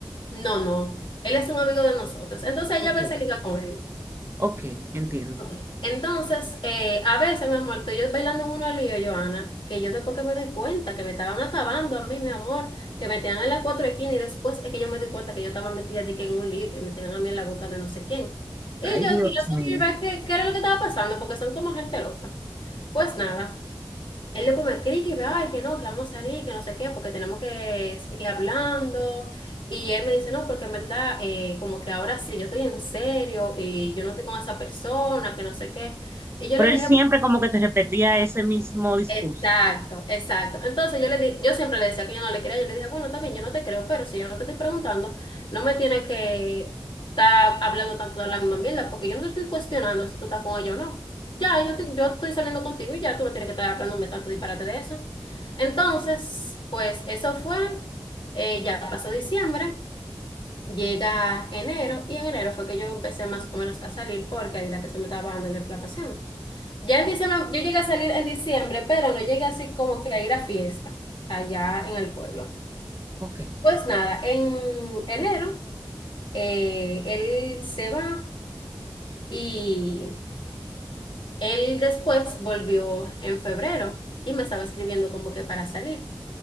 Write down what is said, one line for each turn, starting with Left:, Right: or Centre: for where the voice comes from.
Left: No, no, él es un amigo de nosotros. Entonces
Right: Ok,
Left: ella a veces liga con él.
Right: ok, entiendo.
Left: Ok. Entonces, eh, a veces, mi amor, tú y yo bailando en unos líos, Joana, que yo después que me doy cuenta que me estaban acabando a mí, mi amor, que me tenían en las cuatro esquinas y después es que yo me di cuenta que yo estaba metida de que en un lío que me tenían a mí en la boca de no sé quién. Y
Right: Ay,
Left: yo
Right: Dios
Left: quería saber
Right: mío.
Left: ¿verdad? qué, qué era lo que estaba pasando, porque son como gente loca. Pues nada. Él después me escribe, ay, que no, que vamos a salir, que no sé qué, porque tenemos que seguir hablando. Y él me dice, no, porque en verdad, eh, como que ahora sí, yo estoy en serio y yo no estoy con esa persona, que no sé qué. Y yo
Right: Pero
Left: le
Right: él
Left: dije,
Right: siempre como que te repetía ese mismo discurso.
Left: Exacto, exacto. Entonces yo le di- yo siempre le decía que yo no le creía, yo le dije, bueno, está bien, yo no te creo, pero si yo no te estoy preguntando, no me tienes que estar hablando tanto de la misma mierda, porque yo no te estoy cuestionando si tú estás con ella o no. Ya, yo, te- yo estoy saliendo contigo y ya tú no tienes que estar hablándome tanto disparate de eso. Entonces, pues eso fue, eh, ya pasó diciembre, llega enero, y en enero fue que yo empecé más o menos a salir porque ahí era que se me estaba bajando la inflamación. Ya en diciembre, yo llegué a salir en diciembre, pero no llegué así como que a ir a fiesta allá en el pueblo.
Right: Ok,
Left: Pues nada, en enero eh, él se va y él después volvió en febrero y me estaba escribiendo como que para salir.